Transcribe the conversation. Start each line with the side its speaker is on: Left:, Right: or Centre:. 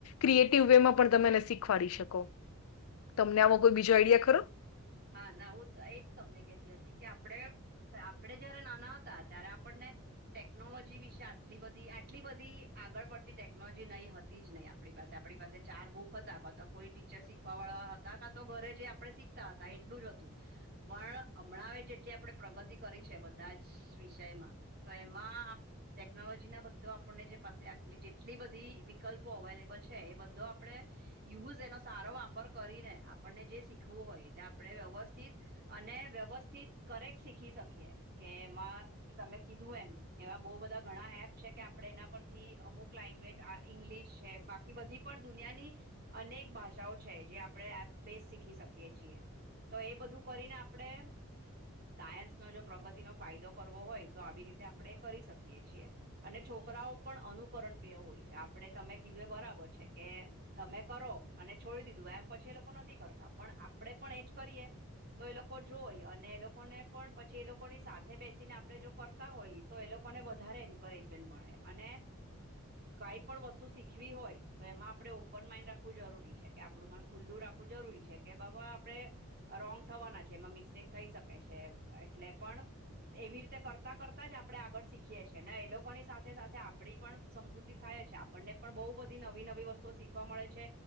Left: ક્રિએટિવ વે માં પણ તમે એને શીખવાડી શકો. તમને આો કોઈ બીજો આઈડિયા ખરો?
Right: હા ના હું એજ તમને કતી હતી કે આપડે આપડે જયારે નાના હતા ત્યારે આપણને ટેકનોલોજી વિશે આટલી બધી આટલી બધી આગળ પડતી ટેકનોલોજી નહી હતી. જ નહી આપણી પાસે આપણી પાસે ચાર બુક હતા ક તો કોઈ ટીચર શીખવા વાળા હતા કા તો ઘરે જે આપણે શીખતા હતા. એટલું જ હતું પણ હમણાં હ જેટલી આપણે પ્રગતિ કરી છે બધા જ વિષયમાં તો એમાં ટેકનોલોજી ના બધો આપણને જે પાસે આટલી જેટલી બધી વિકલ્પો અવેલેબલ છે એ બધો આપણે યુઝ એનો સારો વાપર કરીને આપણને જે શીખવું હોય તે આપણે વ્યવસ્થિત અને વ્યવસ્થિત કરેક્ટ શીખી શકીએ કે એમાં તમે કીધું એમ એવા બઉુ બધા ઘણા એપ છે કે આપડે એના પરથી અમુક લેંગ્વેજ ઈંગ્લિશ છે બાકી બધી પણ દુનિયાની અનેક ભાષાઓ છે જે આપડણે એ બેસ શીખી શકીએ છીએ. તો એ બધું કરીને આપડે સાયન્સ નો જો પ્રગતિ નો ફાયદો કરવો હોય તો આવી રીતે આપડણે કરી શકીએ છીએ. અને છોકરાઓ પણ અનુકરણપિય હોય છે આપણે તમે કીધું એ બરાબર છે કે તમે કરો અને છોડી દીધું એમ પછી એ લોકો નથી કરતા પણ આપડે પણ એજ કરીએ તો એ લોકો જોઈ અને એ લોકોને પણ પછી એ લોકોની સાથે બેસીને આપડે જો કર હોય તો એ લોકોને વધારે એન્કરેજમેન્ટ મળે અને કઈ પણ વસ્તુ શીખવી હોય તો એમાં આપડણે ઓપન માઈન્ડ રાખવું જરૂરી છે કે આપડું મન ખુલ્લું રાખવું જરૂરી છે કે બાબ આપડે રોંગ થવાના છે એમાં મિસ્ટેક થઈ શકે છે એટલે પણ એવી રીતે કરતા કરતા જ આપડણે આગળ શીખીએ છીએ ને એ લોકોની સાથે સાથે આપડી પણ સમૃદ્ધિ થાય છે આપણને પણ બહુ બધી નવી નવી વસ્તુઓ શીખવા મળે છે.